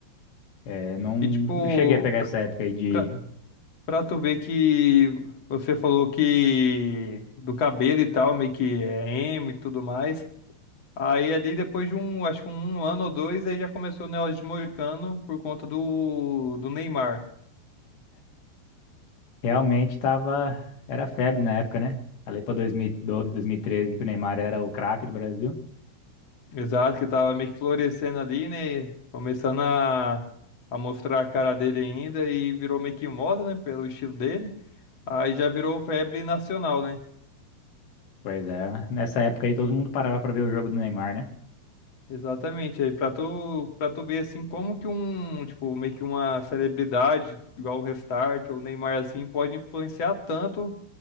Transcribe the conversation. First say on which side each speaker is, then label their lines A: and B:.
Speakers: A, on the left; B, on the left.
A: é, não,
B: E tipo,
A: não cheguei a pegar
B: pra,
A: essa época aí de
B: pra, pra tu ver que você falou que do cabelo e tal, meio que é emo e tudo mais. Aí ali depois de um, acho que um ano ou dois, aí já começou o negócio de moicano por conta do, do Neymar.
A: realmente tava era febre na época, né? Ali para 2012, 2013 que o Neymar era o craque do Brasil.
B: Exato, que tava meio que florescendo ali, né? Começando a, a mostrar a cara dele ainda e virou meio que moda, né? Pelo estilo dele. Aí já virou febre nacional, né?
A: Pois é, nessa época aí todo mundo parava pra ver o jogo do Neymar, né?
B: Exatamente. Aí pra tu, pra tu ver assim como que um, tipo, meio que uma celebridade, igual o Restart ou o Neymar assim, pode influenciar tanto